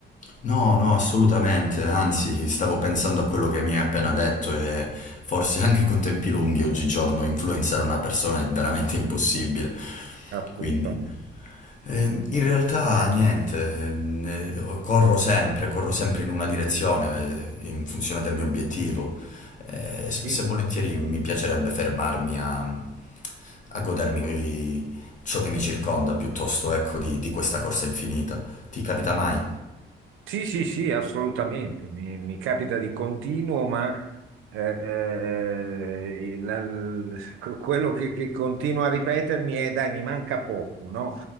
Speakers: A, on the left; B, on the right.
A: No, no, assolutamente, anzi, stavo pensando a quello che mi hai appena detto e forse anche con tempi lunghi oggigiorno influenzare una persona è veramente impossibile.
B: Mm, Assolutamente.
A: Quindi, eh, in realtà niente, ehm, eh, corro sempre, corro sempre in una direzione, eh, in funzione del mio obiettivo. Eh, spesso
B: Sì.
A: e volentieri mi piacerebbe fermarmi a, a godermi ciò che mi circonda piuttosto, ecco, di di questa corsa infinita. Ti capita mai?
B: Sì, sì, sì, assolutamente, mi, mi capita di continuo, ma eh, eh, la- l- quello che, che continuo a ripetermi è dai, mi manca poco, no?